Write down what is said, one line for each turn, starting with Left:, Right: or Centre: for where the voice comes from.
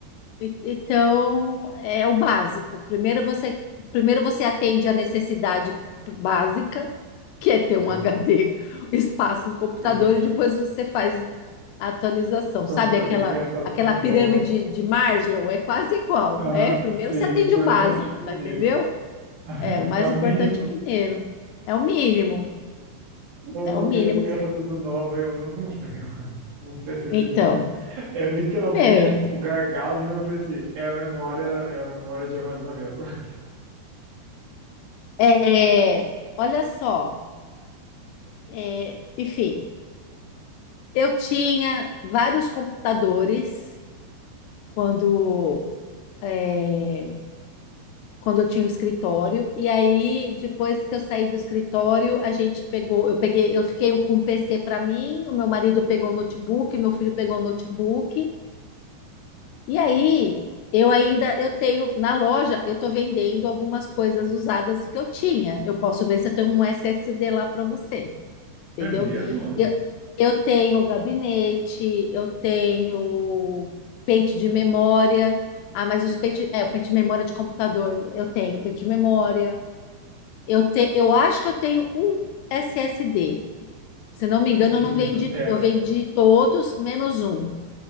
Left: E- Então, é o básico. Primeiro você, primeiro você atende a necessidade básica, que é ter um
Right: <laughs>
Left: HD, <laughs> espaço no computador,
Right: Eu
Left: e depois você faz a atualização.
Right: comprei
Left: Sabe aquela,
Right: peça tudo
Left: aquela pirâmide
Right: boa.
Left: de Maslow? É quase igual,
Right: Aham,
Left: né? Primeiro
Right: sei,
Left: você atende
Right: o importante
Left: o básico,
Right: primeiro.
Left: tá entendeu?
Right: <laughs>
Left: É, o mais
Right: É o
Left: importante
Right: mínimo.
Left: primeiro. É o mínimo.
Right: Eu comprei
Left: É o mínimo
Right: as peças
Left: que você.
Right: tudo nova e eu não <laughs> comprei um um SSD.
Left: Então,
Right: É literalmente
Left: meu,
Right: o gargalo do meu PC. É a memória, é a memória de armazenamento. <laughs>
Left: é, olha só, é, enfim. Eu tinha vários computadores quando, é, quando eu tinha o escritório, e aí depois que eu saí do escritório, a gente pegou, eu peguei, eu fiquei com um PC para mim, o meu marido pegou o notebook, meu filho pegou o notebook, e aí eu ainda eu tenho na loja, eu estou vendendo algumas coisas usadas que eu tinha. Eu posso ver se eu tenho um SSD lá para você entendeu?
Right: É mesmo?
Left: Eu, eu tenho gabinete, eu tenho pente de memória. Ah, mas os pente, é, o pente de memória de computador, eu tenho pente de memória. Eu te, eu acho que eu tenho um SSD. Se não me engano,
Right: Eu preciso
Left: eu não vendi,
Right: de um tera.
Left: eu vendi todos menos um.